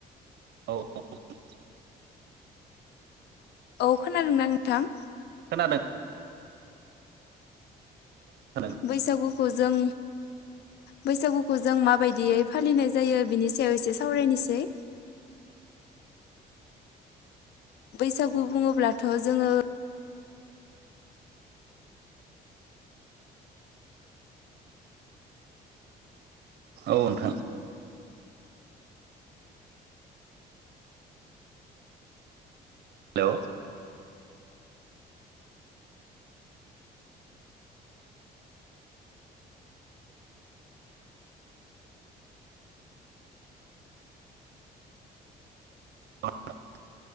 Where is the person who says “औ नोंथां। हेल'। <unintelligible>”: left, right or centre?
Right